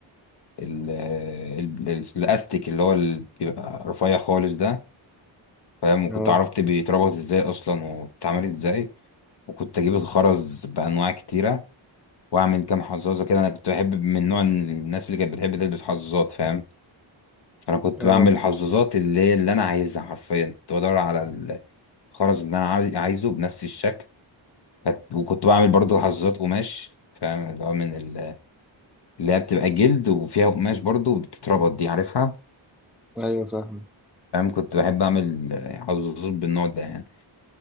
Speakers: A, on the left; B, in the centre.
A: ال ال- ال- الاستيك اللي هو ال- بيبقى رفيع خالص ده فاهم وكنت
B: اه
A: عرفت بيتربط ازاي اصلا وبتتعمل ازاي وكنت اجيب الخرز بانواع كتيره واعمل كام حظاظه كده انا كنت بحب من نوع الناس اللي كانت بتحب تلبس حظاظات فاهم فانا كنت
B: اه
A: بعمل الحظاظات اللي هي اللي انا عايزها حرفيا كنت بدور على الخرز اللي انا عايز- عايزه بنفس الشكل فت- وكنت بعمل برضو حظاظات قماش فاهم اللي هو من ال- اللي هي بتبقى جلد وفيها قماش برضو بتتربط دي عارفها
B: ايوه فاهم
A: فاهم كنت بحب اعمل حظاظات بالنوع ده يعني